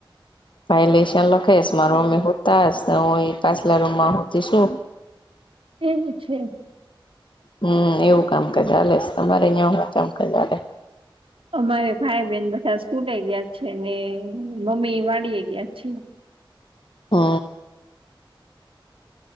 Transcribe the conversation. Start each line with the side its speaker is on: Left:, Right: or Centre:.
Left: ભાઈ લેશન લખેશ માર મમ્મી હુંતા ને હું એ પાછલા રૂમમાં હુંતી છું.
Right: એવું છે.
Left: હમ્મ એવું કામ હાલેસ તમારે અહીંયા હું કામ હાલે.
Right: અમારે ભાઈ બેન બધા સ્કૂલે ગ્યા છે ને મમ્મી વાડી ગ્યા છે.
Left: હ અ.